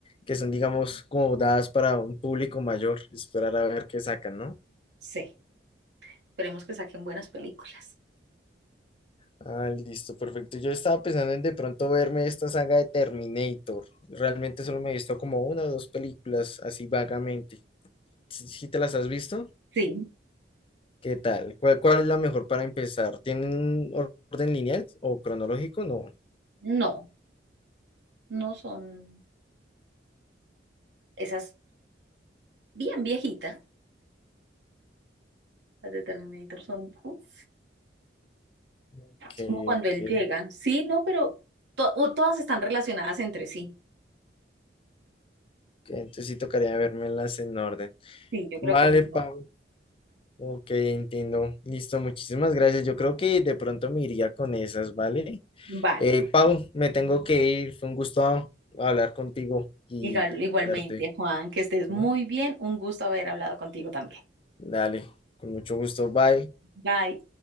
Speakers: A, on the left; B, on the right.
A: que son, digamos, como dadas para un público mayor. Esperar a ver qué sacan, ¿no?
B: Sí, esperemos que saquen buenas películas.
A: Ah, listo, perfecto. Yo estaba pensando en de pronto verme esta saga de Terminator. Realmente solo me he visto como una o dos películas, así vagamente. ¿Sí sí te las has visto?
B: Sí,
A: ¿Qué tal? ¿Cuál, cuál es la mejor para empezar? ¿Tienen orden lineal o cronológico? No.
B: no, no son esas bien viejitas, las de Terminator son, uf,
A: ok.
B: es como cuando
A: ok.
B: él llega. Sí, no, pero to- o todas están relacionadas entre sí.
A: Entonces sí tocaría vermelas en orden.
B: Sí, yo creo
A: Vale,
B: que es mejor.
A: Pau. Ok, entiendo. Listo, muchísimas gracias. Yo creo que de pronto me iría con esas, ¿vale?
B: Vale.
A: Eh, Pau, me tengo que ir. Fue un gusto hablar contigo y
B: Igual- igualmente,
A: verte,
B: Juan, que estés
A: ¿no?
B: muy bien. Un gusto haber hablado contigo también.
A: Dale, con mucho gusto. Bye.
B: Bye.